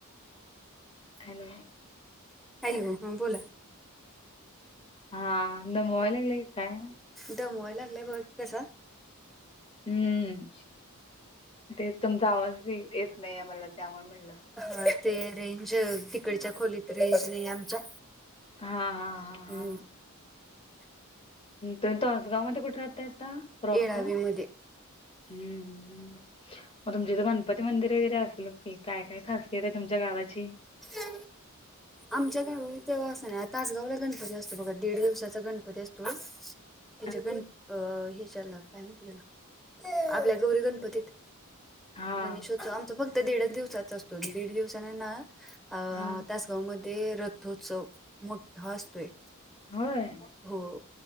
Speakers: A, on the left; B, in the centre.
A: हॅलो
B: हॅलो हा बोला
A: हा न मोबाईल ल काय
B: दमवायला लागलंय बघ कसा
A: हम्म ते तुमचा आवाज येत नाही आहे मला त्यामुळे म्हणलं
B: ह ते रेंज तिकडच्या खोलीत रेंज नाही आमच्या
A: हा हा हा हा
B: ह
A: तु तो आसगाव मध्ये कुठे राहताय आता प्रॉपर
B: येळावीमध्ये
A: मग तुमच तर गणपती मंदिर वगैरे असल क काय काय खासियत आहे तुमच्या गावाची
B: हा आमच्या गाव ते असत ना तासगावला गणपती असतो बघा दीड दिवसाचा गणपती असतो
A: <inaudible>
B: ह्याच्या गण अ ह्याच्याला काय म्हहि त्याला आपल्या गौरी गणपतीत
A: हा
B: गणेशोत्सव आमचा फक्त दीडच दिवसाचा असतो आणि दीड दिवसाना ना अ
A: हा
B: तासगाव मध्ये रथोत्सव मोठा असतोय
A: होय
B: हो